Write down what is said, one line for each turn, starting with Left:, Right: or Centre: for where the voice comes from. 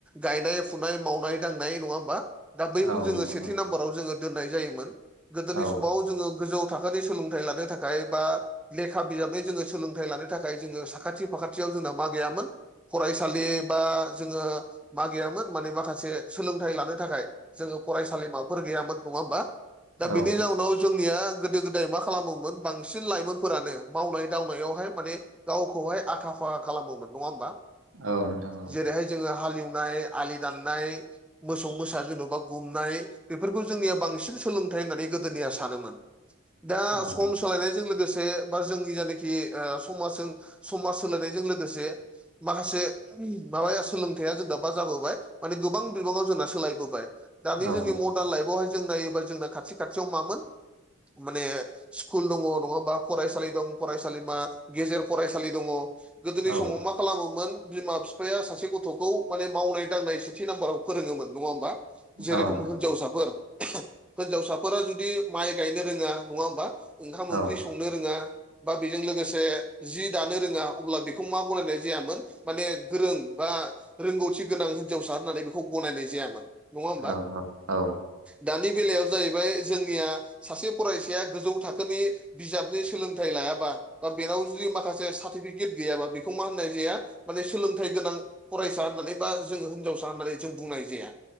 Centre: गायनाय फुनाय मावनाय दांनाय नङा होमबा दा बैखौ
Right: औ
Centre: जोङो
Right: नोंथां
Centre: सेथि
Right: औ
Centre: नाम्बाराव जोङो दोननाय जायोमोन गोदोनि
Right: औ
Centre: समाव ज जोङो गोजौ थाखोनि सोलोंथाइ लानो थाखाय बा लेखा बिजाबै जोङो सोलोंथाइ लानो थाखाय जोङो साखाथि फाखाथियाव जोंना मा गैयामोन? फरायसालि बा जोङो मा गैयामोन? माने माखासे सोलोंथाइ लानो थाखाय जोङो फरायसालिमाफोर गैयामोन नङा होमबा। दा
Right: औ
Centre: बिनि जाउनाव जोंनिया गोदो गोदाय मा खालामोमोन बांसिन लाइमोनफोरानो मावनाय दांनायावहाय माने गावखौहाय आखा फाखा खालामोमोन नङा होमबा।
Right: औ नोंथां औ
Centre: जेरैहाय जोङो हालेवनाय आलि दाननाय, मोसौ मोसा जेन'बा गुमनाय बेफोरखौ जोंनिया बांसिन सोलों होननानै गोदोनिया सानोमोन दा
Right: औ
Centre: सम सोलायनायजों लोगोसे। बा जोंनि जायनाखि समाजजों समाज सोलायनायजों लोगोसे माखासे माबाया सोलोंथाइया जों दाबा जाबोबाय माने गोबां बिबाङाव जोंना सोलायबोबाय। दानि
Right: औ
Centre: जोंनि मरदान लाइफआवहाय जों नायोब्ला जोंना खाथि खाथियाव मामोन? माने स्कुल दङ नङा होनबा फरायसालि दं फरायसालिमा गेजेर फरायसालि दङ गोदोनि
Right: औ
Centre: समाव मा खालामोमोन बिमा बिफाया सासे गथ'खौ माने मावनाय दांनाय सेथि नाम्बाराव फोरोङोमोन नङा होमबा। जेरै-
Right: औ
Centre: खम
Right: नोंथां
Centre: हिन्जावसाफोर हिनजावसाफोरा जुदि माइ गायनो रोङा नङा होमबा ओंखाम
Right: औ
Centre: ओंख्रि संनो रोङा। बा बेजों लोगोसे जि दानो रोङा अब्ला बेखौ मा गनायनाय जायामोन माने गोरों बा रोंगौथि गोनां हिनजावसा होननानै बेखौ गनायनाय जायामोन। नङा होमबा।
Right: औ औ
Centre: दानि बेलायाव जाहैबाय जोंनिया सासे फरायसाया गोजौ थाखोनि बिजाबनि सोलोंथाइ लायाबा बा बेनाव जुदि माखासे सार्टिफिकेट गैयाबा बेखौ मा होननाय जाया माने सोलोंथाइ गोनां फरायसा होननानै बा जोङो हिनजावसा होननानै जों बुंनाय जाया।